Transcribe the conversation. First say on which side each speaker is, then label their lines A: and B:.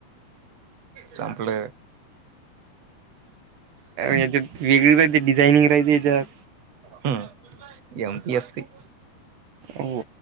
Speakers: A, on the right; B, on the right.
A: संपल.
B: याच्यात वेगळी डिझाइनिंग राहिली याच्यात.
A: हम् एम एस सी.
B: हो